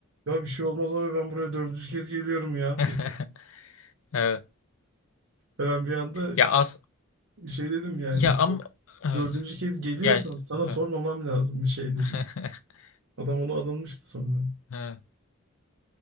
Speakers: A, on the right; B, on the left.
A: ya bir şey olmaz abi ben buraya dördüncü kez geliyorum ya
B: <laughs>
A: dedi.
B: Evet.
A: E Ben bir anda
B: Ya az
A: şey dedim yani
B: ya am evet.
A: dördüncü kez geliyorsan
B: Ya
A: sana
B: evet.
A: sormamam lazım bir şey dedim.
B: <laughs>
A: Adam onu alınmıştı sonra.
B: Evet.